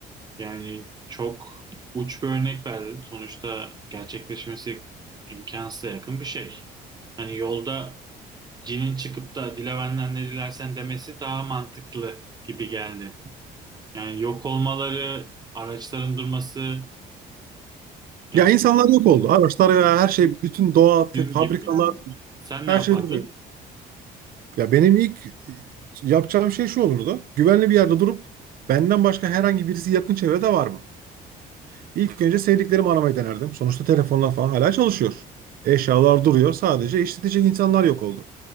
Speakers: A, on the right; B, on the right.
A: yani çok uç bir örnek verdim. Sonuçta gerçekleşmesi imkansıza yakın bir şey. Hani yolda cinin çıkıp da dile benden ne dilersen demesi daha mantıklı gibi geldi. Yani yok olmaları, araçların durması yani
B: Ya insanlar yok oldu. Araçlar ve her şey, bütün doğa,
A: film
B: te- fabrikalar,
A: gibi yani. Sen
B: her
A: ne yapardın?
B: şey duruyor. Ya benim ilk yapacağım şey şu olurdu. Güvenli bir yerde durup benden başka herhangi birisi yakın çevrede var mı? İlk önce sevdiklerimi aramayı denerdim. Sonuçta telefonlar falan hala çalışıyor. Eşyalar duruyor. Sadece işletecek insanlar yok oldu.